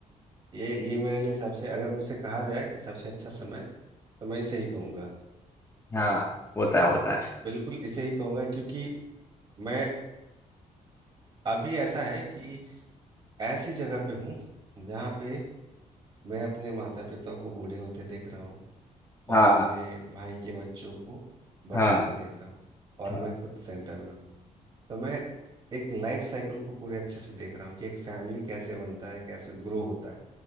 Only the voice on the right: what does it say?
ये ये मेरे लिए सबसे अगर मुझसे कहा जाए कि सबसे अच्छा समय तो मैं इसे ही कहूंगा
बिल्कुल इसे ही कहूंगा क्योंकि मैं अभी ऐसा है कि ऐसी जगह पे हूँ जहाँ पे मैं अपने माता पिता को बूढ़े होते देख रहा हूँ और
अपने भाई के बच्चों को बड़े
होते देख रहा हूँ और
मैं खुद सेंटर में हूँ तो मैं एक लाइफ साइकिल को पूरे अच्छे से देख रहा हूँ कि एक फैमिली कैसे बनता है कैसे ग्रो होता है